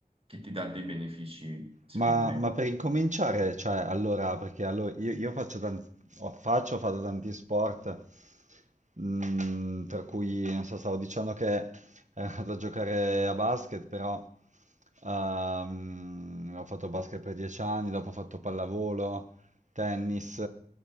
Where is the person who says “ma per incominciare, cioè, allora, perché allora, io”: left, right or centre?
Right